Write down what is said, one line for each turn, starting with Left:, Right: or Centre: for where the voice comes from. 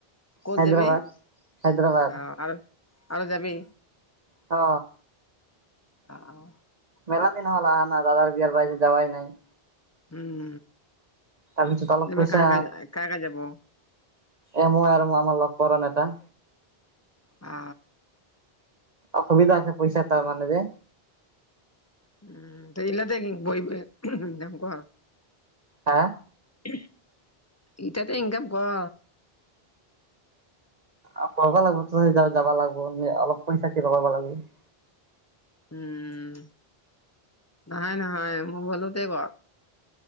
Left: ক'ত
Right: হায়দৰাবাদ
Left: যাবি অ
Right: হায়দৰাবাদ
Left: আৰু আৰু যাবি।
Right: অ,
Left: অ অ,
Right: মেলা দিন হ'ল অহা দাদাৰ বিয়াৰ পাইছে যোৱাই নাই।
Left: উম
Right: তাৰপিছত অলপ
Left: এইবাৰ
Right: পইচা
Left: কাক কাকা যাব।
Right: এ মই আৰু আমাৰ লগৰ এটা,
Left: আ
Right: অসুবিধা আছে পইচা তাৰ মানে যে
Left: উম ত সেইবিলাতে বহি বহি যাম ক আ
Right: হা
Left: ওমহ এতিয়াতো ইনকাম কৰ
Right: অ কৰিবা লাগিব ত যাবা লাগিব অলপ পইচা কিবা কৰিব লাগিব
Left: উম নহয় নহয় মোবাইলতে ক